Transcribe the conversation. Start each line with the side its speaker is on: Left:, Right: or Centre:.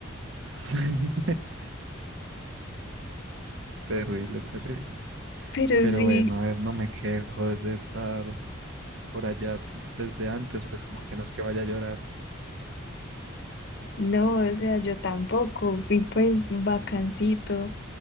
Right: <laughs> Terrible, terrible.
Left: Pero
Right: Pero
Left: sí,
Right: bueno, a ver, no me quejo desde estar por allá desde antes, pues como que no es que vaya a llorar.
Left: no, o sea, yo tampoco. Y pues vacancito.